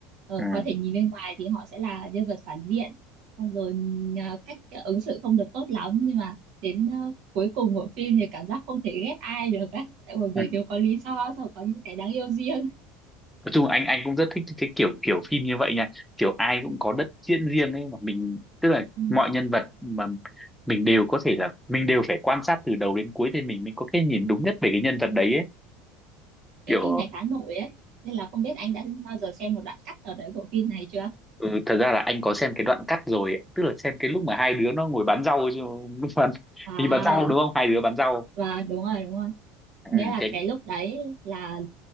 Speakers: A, on the right; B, in the centre.
A: Ờ,
B: ừ
A: có thể nhìn bên ngoài thì họ sẽ là nhân vật phản diện xong rồi ừm, ờ, cách ờ, ứng xử không được tốt lắm nhưng mà đến ờ, cuối cùng của phim thì cảm giác không thể ghét ai được ấy tại mọi người
B: ừ.
A: đều có lý do sau có những cái đáng yêu riêng
B: nói chung là anh anh cũng rất thích cái kiểu kiểu phim như vậy nha kiểu ai cũng có đất diễn riêng ấy mà mình tức là
A: ừ.
B: mọi nhân vật mà mình đều có thể là mình đều phải quan sát từ đầu đến cuối thì mình mới có cái nhìn đúng nhất về cái nhân vật đấy ấy kiểu
A: cái phim này khá nổi ấy nên là không biết anh đã bao giờ xem một đoạn cắt nào đấy của phim này chưa
B: Ừ, thật ra là anh có xem cái đoạn cắt rồi ấy. tức là xem cái lúc mà hai đứa nó ngồi bán rau chứ <laughs> bán
A: à
B: thì bán rau đúng không hai đứa bán rau
A: và đúng rồi đúng rồi
B: ừ
A: nghĩa là
B: thế anh-
A: cái lúc đấy là